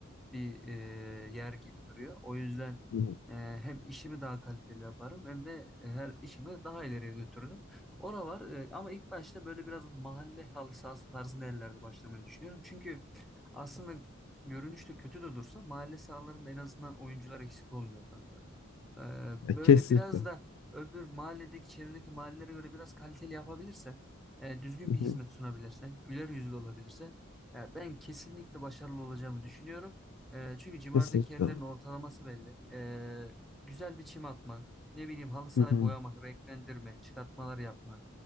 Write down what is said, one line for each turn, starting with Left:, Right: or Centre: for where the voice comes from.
Centre: bir e, yer gibi duruyor. O yüzden
Left: hı.
Centre: e, hem işimi daha kaliteli yaparım hem de e, her işimi daha ileriye götürürüm. Ora var e, ama ilk başta böyle biraz mahalle halı sahası tarzında yerlerde başlamayı düşünüyorum. Çünkü aslında görünüşte kötü de dursa mahalle sahalarında en azından oyuncular eksik olmuyor kanka. E,
Left: Ya
Centre: böyle
Left: kesinlikle.
Centre: biraz da öbür mahalledeki çevredeki mahallelere göre biraz kaliteli yapabilirsen e, düzgün
Left: Hı
Centre: bir hizmet
Left: hı,
Centre: sunabilirsen güler yüzlü olabilirsen ya ben kesinlikle başarılı olacağımı düşünüyorum. Ee, çünkü civardaki
Left: kesinlikle.
Centre: yerlerin ortalaması belli. Ee, güzel bir çim atmak, ne bileyim halı sahayı
Left: Hı hı,
Centre: boyamak, renklendirmek, çıkartmalar yapmak,